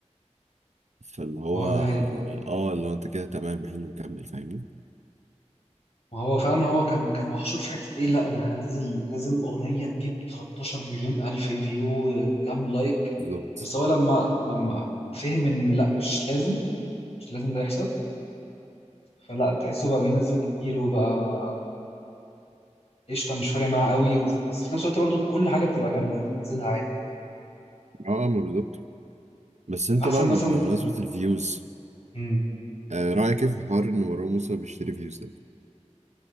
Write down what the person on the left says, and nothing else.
ما هو ده حقيقي
ما هو فعلا هو كان كان محشور في حته ايه لا انا هنزل لازم اغنيه تجيب 13 مليون الف فيو كام لايك
بس هو لما لما فهم ان لا مش لازم مش لازم ده يحصل فلا تحسه بقى بينزل كتير وبقى قشطه مش فارق معاه قوي وف- بس في نفس الوقت برضو كل حاجه بتبقى جامده بننزلها عادي
احسن
مثلا
امم